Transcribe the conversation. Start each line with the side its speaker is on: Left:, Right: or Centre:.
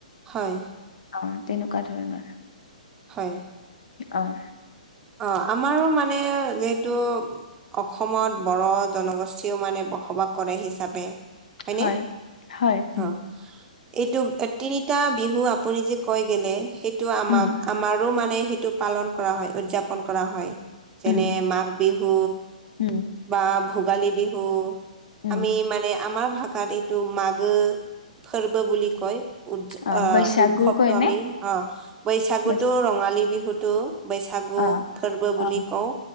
Right: হয়।
Left: অ', তেনেকুৱা ধৰণৰ।
Right: হয়।
Left: অ'।
Right: অ', আমাৰো মানে যিহেতু অসমত বড় জনগোষ্ঠীও মানে বসবাস কৰে হিচাপে। হয়নে?
Left: হয় হয় উম
Right: অ' এইটোক তিনিটা বিহু আপুনি যে কয় গেলে, সেইটো আমাক,
Left: উম
Right: আমাৰো মানে সেইটো পালন কৰা হয়, উদযাপন কৰা হয়। যেনে-
Left: উম
Right: মাঘ বিহু।
Left: উম'।
Right: বা ভোগালী বিহু,
Left: উম
Right: আমি মানে আমাৰ ভাষাত এইটো মাঘ খাৰ্ব বুলি ক'য়।
Left: অ
Right: আ'
Left: বৈশাগু
Right: উৎসৱটো
Left: কয় নে
Right: আমি, অ' বৈশাগুতো
Left: বৈশ
Right: ৰঙালী বিহুটো। বৈশাগু
Left: অ
Right: খাৰ্ব বুলি
Left: অ
Right: কওঁ,